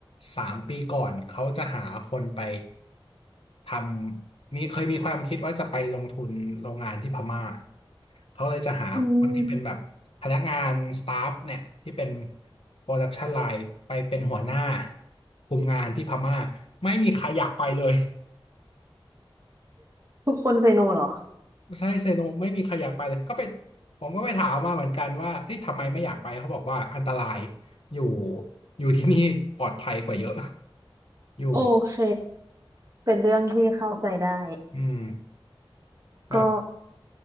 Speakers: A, on the left; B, on the right.
A: สามปีก่อนเขาจะหาคนไปทำมีเคยมีความคิดว่าจะไปลงทุนโรงงานที่พม่าเขาเลยจะหาคนที่เป็นแบบพนักงานสตาฟเนี่ยที่เป็น
B: อืม
A: โปรดักชันไลน์ไปเป็นหัวหน้าคุมงานที่พม่าไม่มีใครอยากไปเลย
B: ทุกคนเซโนเหรอ
A: ใช่เซโนไม่มีใครอยากไปเลยก็ไปผมก็ไปถามมาเหมือนกันว่าเฮ้ยทำไมไม่อยากไปเขาบอกว่าอันตรายอยู่อยู่ที่นี่ปลอดภัยกว่าเยอะ <laughs> อยู่
B: โอเคเป็นเรื่องที่เข้าใจได้
A: อืมแบบ
B: ก็